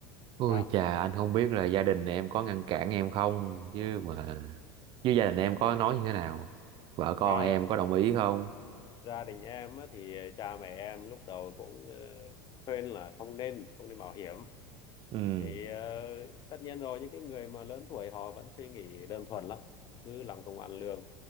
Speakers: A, on the right; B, on the left.
A: Ui
B: sao
A: chà, anh không biết là gia đình em có ngăn cản em không, chứ mà, chứ gia đình em có nói như thế nào, vợ con
B: gia
A: em có đồng ý không?
B: gia đình em á, thì cha mẹ em lúc đầu cũng ờ, khuyên là không nên không nên mạo hiểm
A: Ừ,
B: thì ờ, tất nhiên rồi những cái người mà lớn tuổi họ vẫn suy nghĩ đơn thuần lắm cứ làm công ăn lương